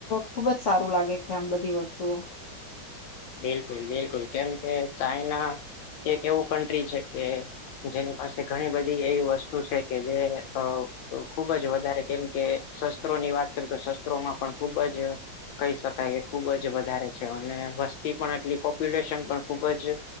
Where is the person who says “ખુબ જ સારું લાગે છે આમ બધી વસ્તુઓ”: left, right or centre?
Left